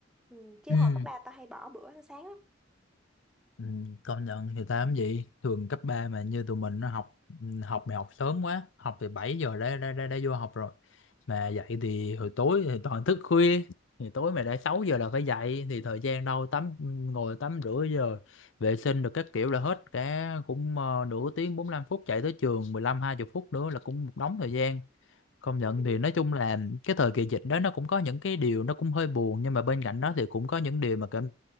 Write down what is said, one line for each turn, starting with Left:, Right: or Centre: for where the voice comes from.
Centre: ừ, chứ
Left: Ừ.
Centre: hồi cấp ba tao hay bỏ bữa ăn sáng lắm
Left: Ừ, công nhận thì tám gì thường cấp 3 mà như tụi mình nó học học mày học sớm quá học từ 7 giờ đã, đã, đã, đã vô học rồi mà dậy thì hồi tối thì toàn thức khuya thì tối mày đã 6 giờ là phải dậy thì thời gian đâu tắm ngồi tắm rửa giờ vệ sinh được các kiểu là hết cả cũng ờ, nửa tiếng 45 phút chạy tới trường mười lăm hai 20 phút nữa là cũng một đống thời gian công nhận
Centre: Ừ.
Left: thì nói chung là cái thời kỳ dịch đó nó cũng có những cái điều nó cũng hơi buồn nhưng mà bên cạnh đó thì cũng có những điều mà cảm